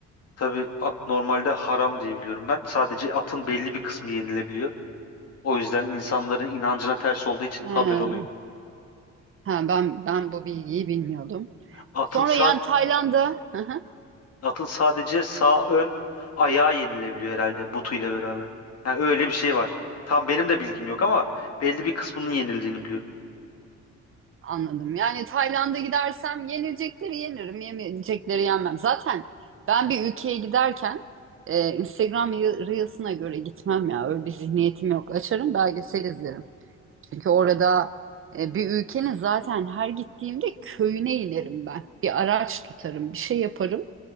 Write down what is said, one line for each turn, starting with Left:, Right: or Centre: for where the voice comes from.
Left: Tabii at normalde haram diye biliyorum ben. Sadece atın belli bir kısmı yenilebiliyor. O yüzden insanların inancına ters olduğu için
Right: He.
Left: haber oluyor.
Right: He, ben ben bu bilgiyi bilmiyordum.
Left: Atın
Right: Sonra
Left: sağ
Right: yani Tayland'a <laughs> Hı hı,
Left: atın sadece sağ ön ayağı yenilebiliyor herhalde butuyla beraber. Yani öyle bir şey var. Tam benim de bilgim yok ama belli bir kısmının yenildiğini biliyorum.
Right: anladım. Yani Tayland'a gidersem yenilecekleri yenirim, yemeyecekleri yenmem. Zaten ben bir ülkeye giderken e, Instagram Re- Reels'ına göre gitmem ya. Öyle bir zihniyetim yok. Açarım belgesel izlerim. Çünkü orada e, bir ülkenin zaten her gittiğimde köyüne inerim ben. Bir araç tutarım, bir şey yaparım,